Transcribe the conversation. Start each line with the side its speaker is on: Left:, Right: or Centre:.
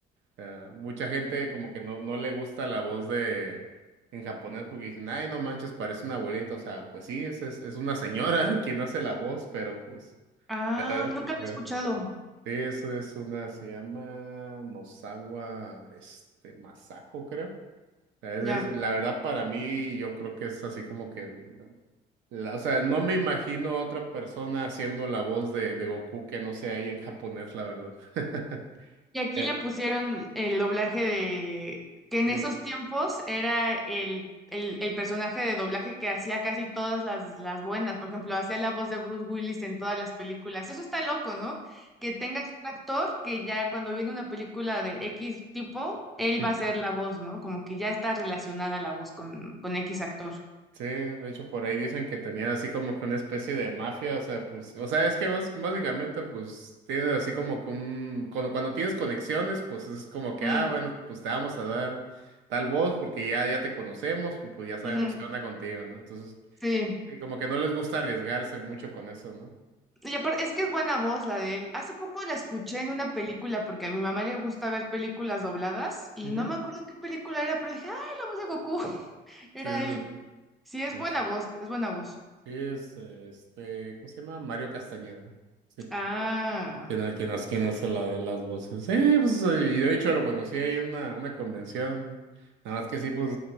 Right: sea, mucha gente como que no, no le gusta la voz de en japonés porque dicen, ay, no manches, parece una abuelita. O sea, pues sí, es, es, es una señora <laughs> quien hace la voz, pero pues...
Centre: Ah,
Right: eh,
Centre: nunca lo he
Right: eh.
Centre: escuchado.
Right: Sí, eso es una, se llama Nozawa, este, Masako, creo. O sea, es-
Centre: Ya.
Right: es- la verdad para mí, yo creo que es así como que... el- la- o sea, no me imagino a otra persona haciendo la voz de, de Goku que no sea ahí en japonés, la verdad. <laughs>
Centre: Y aquí
Right: Eh,
Centre: le pusieron el doblaje de, que
Right: Sí,
Centre: en esos tiempos era el, el, el personaje de doblaje que hacía casi todas las, las buenas. Por ejemplo, hacía la voz de Bruce Willis en todas las películas. Eso está loco, ¿no? Que tengas un actor que ya cuando viene una película de X tipo, él
Right: sí.
Centre: va a ser la voz, ¿no? Como que ya está relacionada la voz con, con X actor.
Right: Sí, de hecho por ahí dicen que tenía así como que una especie de mafia, o sea, pues, o sea, es que vos básicamente pues tienes así como que un, cuando, cuando tienes conexiones, pues es como que,
Centre: Mm,
Right: ah, bueno, pues te vamos a dar tal voz porque ya, ya te conocemos y pues ya sabemos
Centre: ujú,
Right: qué onda contigo, ¿no? Entonces,
Centre: Sí.
Right: sí, como que no les gusta arriesgarse mucho con eso, ¿no?
Centre: Y aparte, es que es buena voz la de él. Hace poco la escuché en una película porque a mi mamá le gusta ver películas dobladas y
Right: Ujú.
Centre: no me acuerdo qué película era, pero dije, ¡ay, la voz de Goku! <laughs> Era
Right: Sí, sí,
Centre: él.
Right: sí.
Centre: Sí, es
Right: Es,
Centre: buena voz, es buena voz.
Right: sí, es eh, este, ¿cómo se llama? Mario Castañeda. Sí.
Centre: Ah,
Right: ¿Quién, ha- quién, hace- quién hace la- las voces? Sí, pues, eh, y de hecho lo conocí ahí en una, una convención. Nada más que sí, pues,